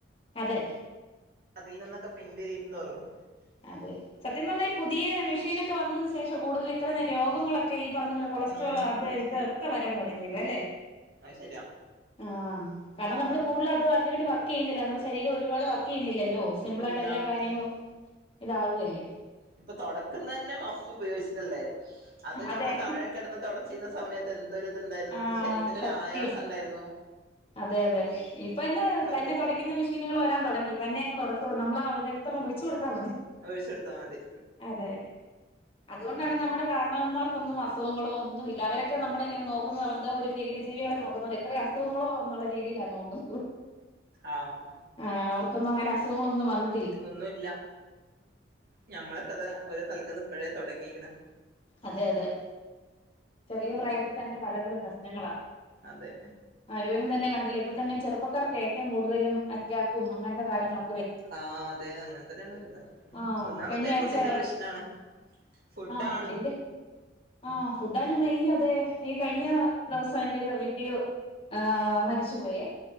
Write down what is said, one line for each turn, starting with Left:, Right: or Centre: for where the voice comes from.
Left: അതെ.
Right: അതിൽ നിന്നൊക്കെ പിന്തിരിയും ന്തോറും
Left: അതെ സത്യം പറഞ്ഞാൽ ഈ പുതിയ മെഷീനൊക്കെ വന്നതിനു ശേഷം കൂടുതൽ ഇത്ര രോഗങ്ങളൊക്കെ ഈ പറഞ്ഞ പോലെ കൊളസ്ട്രോൾ
Right: ഉം
Left: അത് ഇത്. ക്ക വരാൻ തൊടങ്ങിയത് അല്ലേ
Right: അഹ് ശരിയാ.
Left: ആഹ് കാരണം നമ്മള് കൂടുതൽ അതും അതിനുവേണ്ടി വർക്ക് ചെയ്യുന്നില്ല നമ്മുടെ ശരീരം ഒരുപാട് വർക്ക് ചെയ്യുന്നില്ലല്ലോ സിംമ്പിളായിട്ട്
Right: ഇല്ല
Left: എല്ലാ കാര്യങ്ങളും ഇതാക് അല്ലേ.
Right: ഇപ്പൊ തൊടക്ക്ന്നെന്നെ മഫ് ഉപയോഗിച്ചിട്ടല്ലേ അത്
Left: അതെ
Right: ഞമ്മള് താഴേക്കെടന്ന് തൊടച്ചിരുന്ന സമയ ത്ത് എന്തൊര് ഇത്ണ്ടായിരുന്നു.
Left: ആ
Right: ശരീരത്തിനൊരു
Left: സത്യം
Right: ആയാസം ഇണ്ടായിരുന്നു.
Left: അതെ അതെ ഇപ്പൊ എന്നേ തന്നെ
Right: പോയി
Left: തൊടക്കുന്നെ മിഷീനുകൾ വരാൻ തൊടങ്ങി. തന്നെ അങ്ങ് തൊടചൊളും നമ്മളാത് ഇതങ്ങോട്ട് ഒഴിച്ച് കൊടുത്താ മതി.
Right: അത് ഒഴിച്ചൊട്ത്താ മതി.
Left: അതെ അതുകൊണ്ടാണ് നമ്മുടെ കാരണവന്മാർക്കൊന്നും അസുഖങ്ങളോ ഒന്നും ഇല്ല അവരൊക്കെ നമ്മളെ ഇങ്ങനെ നോക്കുന്നെ എന്തോ ഒരു ഭീകര ജീവികളെ നോക്കുന്ന പോലെ. ഇത്രയും അസുഖങ്ങളോ എന്നുള്ള രീതിയിലാണ് നോക്കുന്നത്.
Right: ആഹ്
Left: ആഹ് അവർക്കന്നും അങ്ങനെ അസുങ്ങള ഒും വന്ന്
Right: ഒന്നുല്ല ഞമ്മളൊക്കെ അതാ ഒരു തലക്കെന്ന് ഇപ്പഴേ തൊടങ്ങീക്ക്ണ്.
Left: അതെ അതെ ചെറിയ പ്രായത്തിൽ തന്നെ പല പല പ്രശ്നങ്ങളാ.
Right: അതെ
Left: ആരോഗ്യം തന്നെ കണ്ടില്ലെ ഇപ്പ തന്നെ ചെറുപ്പക്കാർക്ക് ഏറ്റവും കൂടുതലും അറ്റാക്കും അങ്ങനത്തെ കാര്യങ്ങളൊ
Right: ആഹ് അതെ അങ്ങനെ തന്നെയാണ് വര്ന്നേ.
Left: ആഹ്
Right: ഒന്നാമത്തെ
Left: കഴിഞ്ഞ
Right: ഈ
Left: ആഴ്ച
Right: ഫുഡിന്റെ പ്രശ്നാണ്. ഫുഡാ
Left: ആഹ് ഫുഡിന്റെ ആ ഫുഡാനും മെയിന് അതെ ഈ കഴിഞ്ഞ ദിവസം എന്റെ ഒരു റിലേറ്റീവ് ആഹ് മരിച്ചു പോയേ